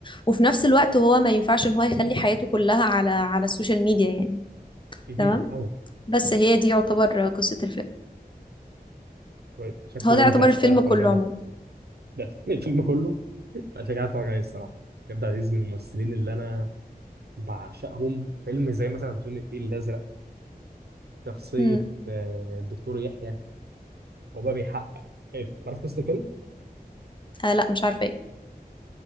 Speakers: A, on the left; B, on the right.
A: وفي نفس الوقت هو ما ينفعش ان هو يخلي حياته كلها على على السوشيال ميديا يعني
B: مهم.
A: تمام
B: طبعا
A: بس هي دي يعتبر قصة الفيلم
B: كويس شكله
A: هو ده يعتبر
B: ممتع الصراحة
A: الفيلم
B: أتفرج
A: كله
B: عليه
A: عموما
B: ده <laughs> الفيلم كله لا شجاع أتفرج عليه الصراحة كابتن عزيز من الممثلين اللي أنا بعشقهم فيلم زي مثلا فيلم الفيل الأزرق شخصية
A: مم.
B: آه، الدكتور يحيى هو بقى بيحقق إيه، تعرف قصة الفيلم؟
A: آه لا مش عارفة ايه